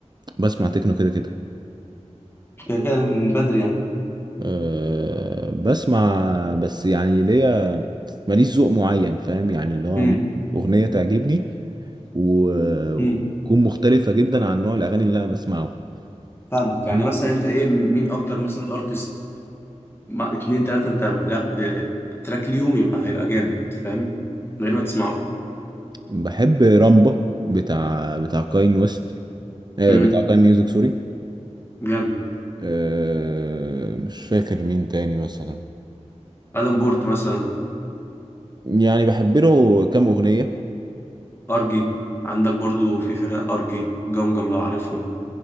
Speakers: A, on the right; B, on the left.
A: بسمع تكنو كده كده
B: كده كده من بدري يعني
A: أه بسمع بس يعني ليا ماليش ذوق معين فاهم يعني اللي هو
B: امم
A: ممكن اغنيه تعجبني و- وتكون
B: امم
A: مختلفه جدا عن نوع الاغاني اللي انا بسمعه
B: فاهمك يعني
A: فاهم
B: مثلا انت ايه مين اكتر مثلا ارتست ما اتنين تلاتة انت لا بتراك ليهم يبقى هيبقى جامد فاهم من غير ما تسمعه
A: بحب رامبا بتاع بتاع كاين ويست أه
B: امم
A: بتاع كاين ميوزك سوري
B: جامد
A: أه مش فاكر مين تاني مثلا
B: ادم بورت مثلا
A: يعني بحب له كام اغنيه
B: ارجي عندك برضو في فرق ارجي جمجم لو عارفهم